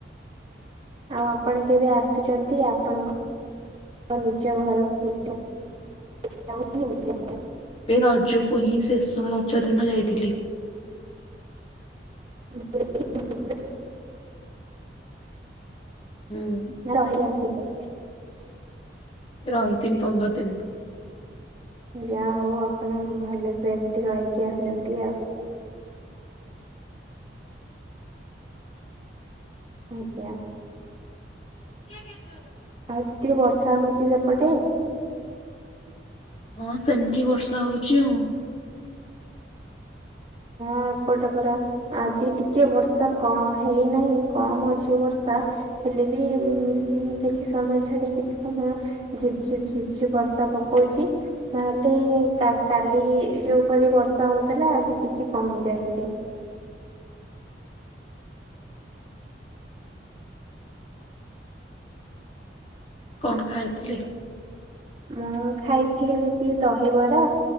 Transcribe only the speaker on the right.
ଆଉ ଆପଣ କେବେ ଆସୁଛନ୍ତି ଆପଣଙ୍କ ନିଜ ଘରକୁ? <unintelligible>
<unintelligible>
ନା ରହି ଆସିଥିଲି।
ଯାହା ହଉ ଆପଣ ଭଲ ସେ ଏମିତି ରହିକି ଆସିଛନ୍ତି ଆଉ। ଆଜ୍ଞା।
ଆଉ ତ ଟିକେ ବର୍ଷା ହଉଛି ସେପଟେ।
ଆ ଏପଟେ ପରା ଆଜି ଟିକେ ବର୍ଷା କ ହେଇନାହିଁ କମ ଅଛି ବର୍ଷା। ହେଲେ ବି ଉଁ କିଛି ସମୟ ଛାଡି କିଛି ସମୟ ଝିପ ଝିପ୍ ଝିପ୍ ଝିପ ବର୍ଷା ପକଉ ଅଛି ନହେଲେ କା-କାଲି ଯୋଉ ପରି ବର୍ଷା ହଉଥିଲା ଆଜି ଟି ଚି କମି ଯାଇଛି।
ମୁଁ ଖାଇଥିଲି ଦିଦି ଦହିବରା।